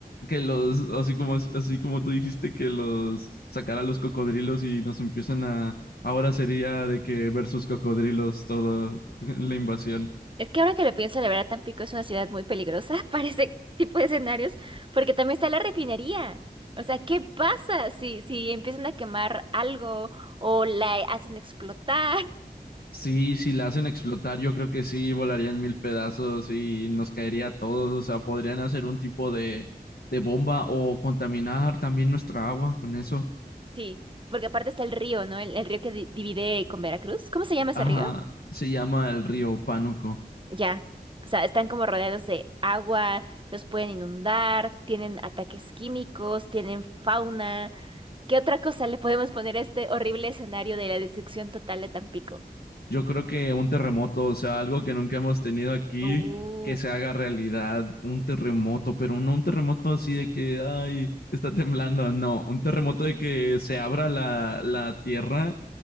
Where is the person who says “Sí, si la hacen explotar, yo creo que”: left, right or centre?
Left